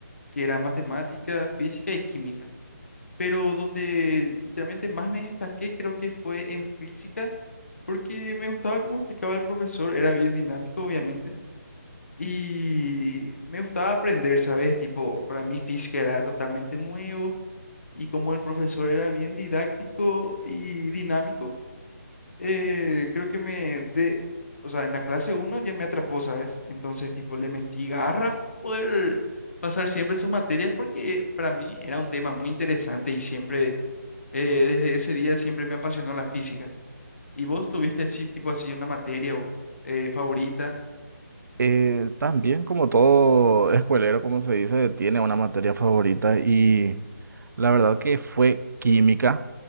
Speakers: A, on the left (about 45°); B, on the right (about 70°).
A: que era matemática, física y química. Pero donde literalmente más me destaqué creo que fue en física, porque me gustaba cómo explicaba el profesor, era bien dinámico, obviamente, y me gustaba aprender, ¿sabes? Tipo, para mí física era totalmente nuevo, y como el profesor era bien didáctico y dinámico eh, creo que me de, o sea, en la clase uno ya me atrapó, ¿sabes? Entonces, tipo, le metí garra para poder pasar siempre sus materias porque para mí era un tema muy interesante y siempre, eh, desde ese día siempre me apasionó la física. ¿Y vos tuviste así, tipo así, una materia o, eh, favorita?
B: Eh, también como todo escuelero, como se dice, tiene una materia favorita y... La verdad que fue química.